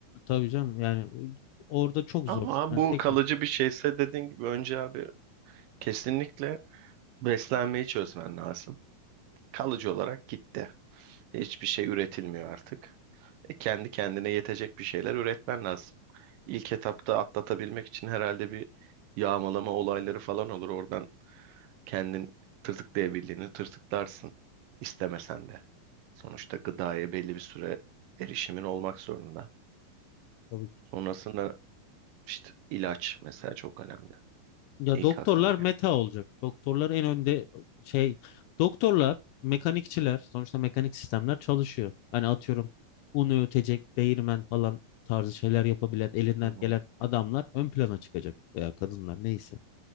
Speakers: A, on the left (about 80°); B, on the right (about 75°).
A: tabii canım yani e, orada çok
B: Ama
A: zor. Yani
B: bu
A: tek
B: kalıcı
A: başına
B: bir şeyse dediğin gibi önce abi kesinlikle beslenmeyi çözmen lazım. Kalıcı olarak gitti. Hiçbir şey üretilmiyor artık. E, kendi kendine yetecek bir şeyler üretmen lazım. İlk etapta atlatabilmek için herhalde bir yağmalama olayları falan olur. Oradan kendin tırtıklayabildiğini tırtıklarsın istemesen de. Sonuçta gıdaya belli bir süre erişimin olmak zorunda.
A: tabii ki.
B: Sonrasında işte ilaç mesela çok önemli.
A: Ya
B: İlk
A: doktorlar
B: aklıma gelen.
A: meta olacak. Doktorlar en önde e, şey doktorlar, mekanikçiler sonuçta mekanik sistemler çalışıyor. Hani atıyorum un öğütecek, değirmen falan tarzı şeyler yapabilen elinden
B: Hı hı,
A: gelen adamlar ön plana çıkacak veya kadınlar neyse.